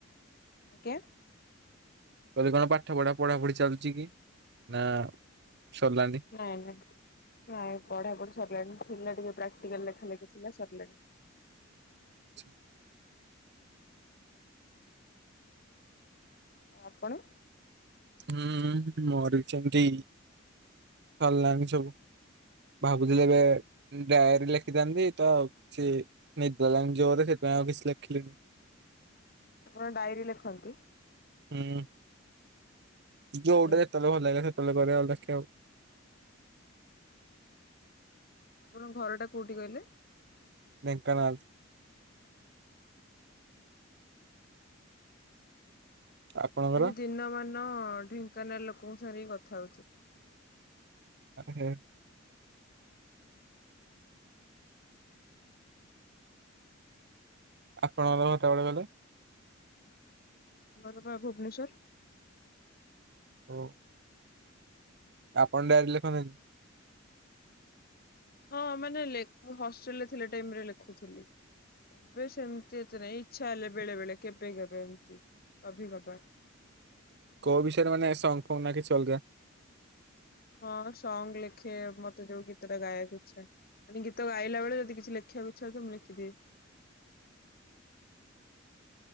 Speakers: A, on the left; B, on the right.
A: ଆଜ୍ଞା
B: ଯଦି କଣ ପାଠ ପଢା ପଢାପଢି ଚାଲୁଛି କି ନା? ସରିଲାଣି
A: ନାଇଁ ନାଇଁ ନାଇଁ ପଢ଼ା ପଢି ସରିଲାଣି। ପା ଟିକେ ପ୍ରାକ୍ଟିକାଲ ଲେଖା ଲେଖିଥିଲା ସରିଲାଣି।
B: <unintelligible>
A: ଆ କଣ
B: ହୁଁ ମୋର ବି ସେମିତି ସରିଲାଣି ସବୁ ଭାବୁଥିଲେ ଏବେ ଡାଏରୀ ଲେଖିଥାନ୍ତି ତ କିଛି ନିଦ ଲ ଜୋରେ ସେଥିପାଇଁ ଆଉ କିଛି ଲେଖିଲନି।
A: ଆପଣ ଡାଏରୀ ଲେଖନ୍ତି?
B: ହୁଁ ଯୋଉଟା
A: ବଢିଆ
B: ଯେତେବେ ଭଲ ଲାଗିଲା। <unintelligible>
A: ଆପଣଙ୍କ ଘର ଟା କୋଉଠି କହିଲେ?
B: ଢେଙ୍କାନାଲ ଆପଣଙ୍କର
A: ସେ ଦିନ ମାନ ଢେଙ୍କାନାଳ ଲୋକଙ୍କ ସାଙ୍ଗରେ ହି କଥା ହଉଚି।
B: ହ ହ ଆପଣ ଘର କେତେବାଟ କହିଲେ?
A: ମୋର ବା ଭୁବନେଶ୍ୱର
B: ହଉ ଆପଣ ଡାରି ଲେଖନ୍ତନି
A: ହଁ ମାନେ ମୁଁ ହଷ୍ଟେଲରେ ଟାଇମ ରେ ଲେଖୁଥିଲି ଏବେ ସେମତି ଏତେ ନାଇଁ ଇଚ୍ଛା ହେଲେ ବେଳେ ବେଳେ କେବେ କେବେ ଏମତି କ କବାର
B: କଉ ବିଷୟରେ ମାନେ ସାଙ୍ଗ ଫଙ୍ଗ ନକି ଚଲଯ
A: ହଁ ସଙ୍ଗ ଲେଖେ ମତେ ଯୋଉ ଗୀତ ଟା ଗାଇବାକୁ ଇ୍ଛା ଗୀତ ଗାଇଲା ବେଳେ ଯଦି କିଛି ଲେଖିବାକୁ ଇଚ୍ଛା ତ ମୁଁ ଲେଖିଦିଏ